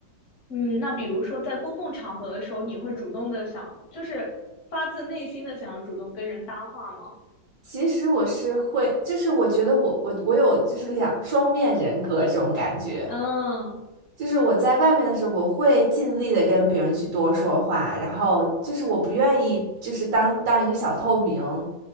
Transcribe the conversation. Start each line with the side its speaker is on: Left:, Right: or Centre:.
Left: 嗯，那比如说在公共场合的时候，你会主动的想，就是发自内心的想要主动跟人搭话吗？
Right: 其实我是会，就是我觉得我我我有就是两双面人格这种感觉，
Left: 嗯
Right: 就是我在外面的时候，我会尽力的跟别人去多说话，然后就是我不愿意就是当当一个小透明，我